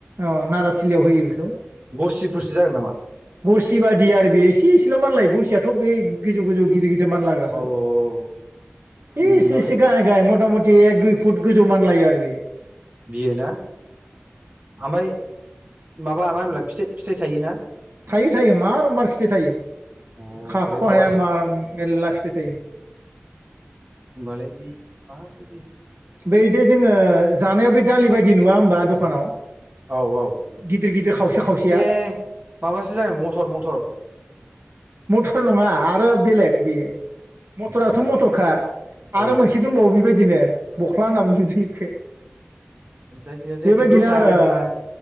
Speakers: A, on the right; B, on the right.
A: औ नाराथिलियाव होयो बेखौ।
B: गरसिफोरसो जागोन नामा
A: गरसि बादि आरो बे एसे एसेल' माललाय गरसियाथ' बे गोजौ गोजौ गिदिर गिदिर मान लाग्रासो
B: औ औ औ होमबालाय
A: इसे इसे गाय गाय मथा मथ थि एक दुइ फुट गोजौ मानलायो आरो बियो।
B: बियो ना ओमफ्राय माबा मा होनला फिथा- फिथाइ थायोना?
A: थायो थायो मार मार फिथाइ थायो
B: होमबालाय
A: खाख'
B: माबासो
A: हाया मार बेला फिथाइ थायो।
B: मालाय बे माबादि?
A: बैदि जोङो जानायाव बे दालि बायदि नुवा होमबा दखानाव?
B: औ औ
A: गिदिर गिदिर खावसे खावसेया
B: ए माबासो जागोन मटर मटर।
A: मथर नङा आरो बेलेग बेयो। मटराथ'
B: मटर नङाना
A: मटरखा
B: औ
A: आरो मोनसे
B: औ
A: दंबावो बेबायदिनो। बख्ला होनना बुङो जोंथिं।
B: जायखिजाया जोंथिं
A: बेबायदिनो
B: दस्रा
A: आरो
B: होनो खोमा आं